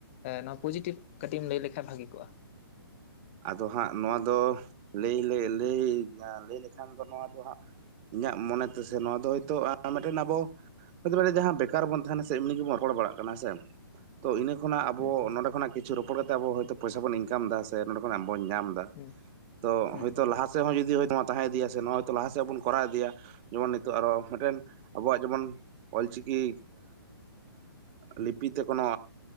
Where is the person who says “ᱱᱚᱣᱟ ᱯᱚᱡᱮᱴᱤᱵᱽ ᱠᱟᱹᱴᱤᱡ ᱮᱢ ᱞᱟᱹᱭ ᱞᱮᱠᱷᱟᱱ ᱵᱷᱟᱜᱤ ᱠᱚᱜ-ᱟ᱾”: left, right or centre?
Left